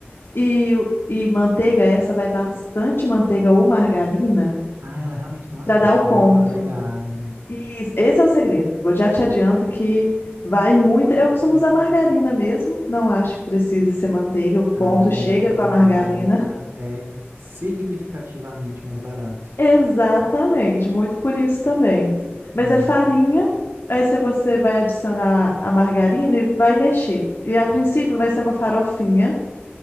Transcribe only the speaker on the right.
Ah, ela realmente tem um aspecto
bem amanteigado.
Hum.
Ai, bom,
porque
margarina
é significativamente mais barato.
Hum.